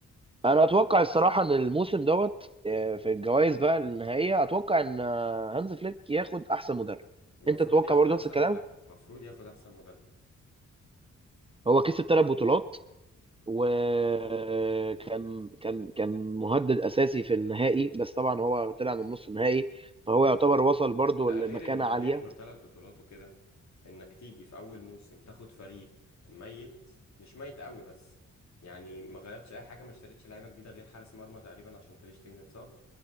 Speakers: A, on the right; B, on the left.
A: انا اتوقع الصراحه ان الموسم دوت آه، في الجوائز بقى النهائيه اتوقع ان آه، هانز فليك ياخد احسن مدرب
B: المفروض
A: انت تتوقع
B: ياخد
A: برضه
B: أحسن
A: نفس الكلام
B: مدرب المفروض ياخد أحسن مدرب
A: هو كسب ثلاث بطولات وكان كان كان مهدد اساسي في النهائي بس طبعا هو طلع من نص النهائي فهو يعتبر وصل برضه
B: لا
A: لمكانة
B: غير ان غير
A: عالية
B: انه ثلاث بطولات وكده انك تيجي في اول موسم تاخد فريق ميت مش ميت قوي بس يعني ما غيرتش اي حاجه ما اشتريتش لعيبه جديده غير حارس مرمى تقريبا عشان تريشتجن اتصاب